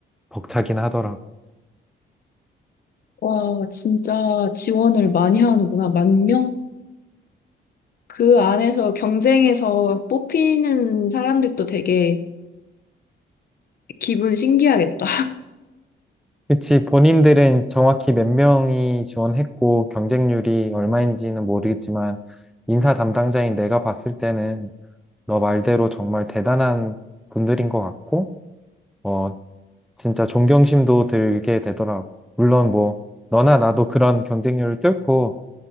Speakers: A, in the centre; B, on the left (about 50°).
A: 벅차긴 하더라고.
B: 와, 진짜 지원을 많이 하는구나. 만 명? 그 안에서 경쟁에서 뽑히는 사람들도 되게 기분 신기하겠다.
A: 그치, 본인들은 정확히 몇 명이 지원했고 경쟁률이 얼마인지는 모르겠지만 인사 담당자인 내가 봤을 때는 너 말대로 정말 대단한 분들인 것 같고 어, 진짜 존경심도 들게 되더라고. 물론 뭐 너나 나도 그런 경쟁률을 뚫고